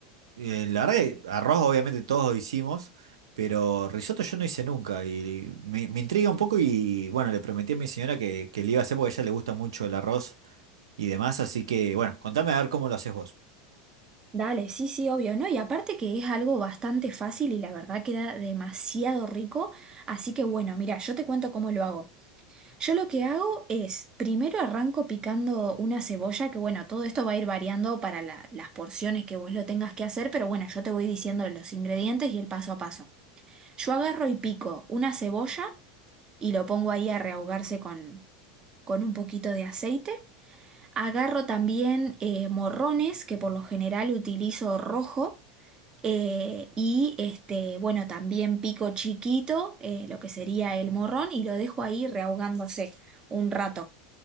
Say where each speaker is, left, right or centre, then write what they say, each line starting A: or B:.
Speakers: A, on the right; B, on the right.
A: eh, la verdad que arroz obviamente todos lo hicimos, pero risotto yo no hice nunca y me, me intriga un poco y bueno, le prometí a mi señora que, que le iba a hacer porque a ella le gusta mucho el arroz y demás, así que bueno, contame a ver cómo lo haces vos.
B: dale, sí, sí, obvio, ¿no? Y aparte que es algo bastante fácil y la verdad queda demasiado rico, así que bueno, mira, yo te cuento cómo lo hago. Yo lo que hago es, primero arranco picando una cebolla, que bueno, todo esto va a ir variando para la- las porciones que vos lo tengas que hacer, pero bueno, yo te voy diciendo los ingredientes y el paso a paso. Yo agarro y pico una cebolla y lo pongo ahí a rehogarse con, con un poquito de aceite. Agarro también eh, morrones, que por lo general utilizo rojo. eh, y este, bueno, también pico chiquito, eh, lo que sería el morrón, y lo dejo ahí rehogándose un rato.